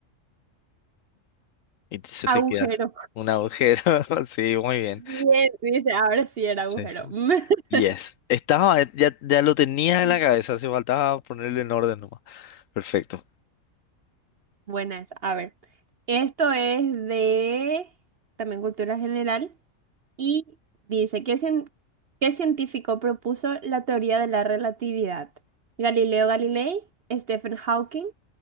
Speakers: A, on the left; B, on the right.
A: y te- se te
B: Agujero.
A: queda un agujero. <laughs> Sí, muy bien.
B: Bien, dice, ahora sí era agujero.
A: Sí, sí.
B: <laughs>
A: Yes. Estaba, eh, ya, ya lo tenías
B: Mm.
A: en la cabeza, hace faltaba ponerle en orden nomás. Perfecto.
B: Buena esa. A ver, esto es de también cultura general. Y dice, ¿qué, cien- qué científico propuso la teoría de la relatividad? ¿Galileo Galilei, Stephen Hawking,